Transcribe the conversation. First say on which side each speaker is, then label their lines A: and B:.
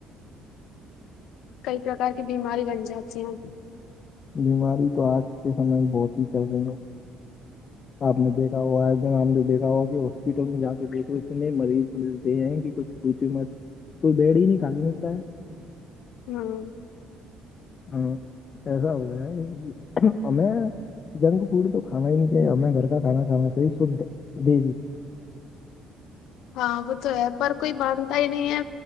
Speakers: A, on the left; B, on the left.
A: کئی پرکار کی بیماری بن جاتی ہیں
B: بیماری تو آج کے سمے میں بہت ہی چل رہی ہے آپ نے دیکھا ہوگا ایک دن آپ نے دیکھا ہوگا کی ہاسپٹل میں جا کے دیکھو اتنے مریض ملتے ہیں کی کچھ پچوں مت کوئی بیڈ ہی نہیں خالی ملتا ہے
A: ہوں
B: ہاں ایسا ہو گیا ہمیں جنک فوڈ تو کانا ہی نہیں چاہے ہمیں گھر کا کھا کھانا چاہیے شد دیسی
A: ہاں وہ تو ہے پر کوئی مانتا ہی نہیں ہے